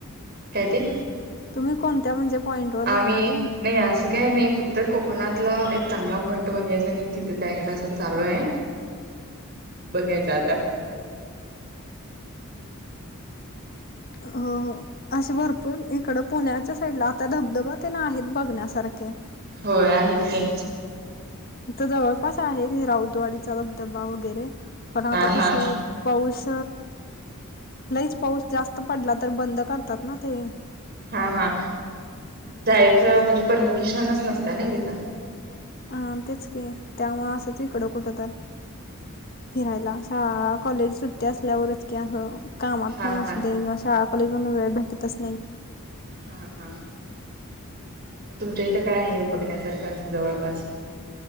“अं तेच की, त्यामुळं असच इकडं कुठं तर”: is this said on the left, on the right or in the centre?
Left